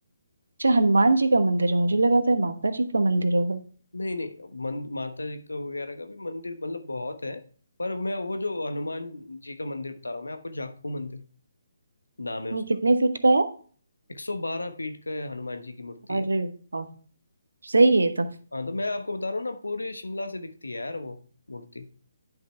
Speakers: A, on the right (about 80°); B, on the left (about 85°).
A: अच्छा हनुमान जी का मंदिर है मुझे लगा था माता जी का मंदिर होगा
B: नहीं नहीं मंद, माता जी का वगैरह का भी मंदिर मतलब बहुत है पर मैं वो जो हनुमान जी का मंदिर बता रहा हूँ मैं आपको जाखू मंदिर नाम है उसका
A: हम कितने फीट का है
B: 112 फीट का हनुमान जी की मूर्ति
A: अरे
B: है
A: वाह सही है तब
B: हाँ तो मैं आपको बता रहा हूँ ना पूरे शिमला से दिखती है यार वो मूर्ति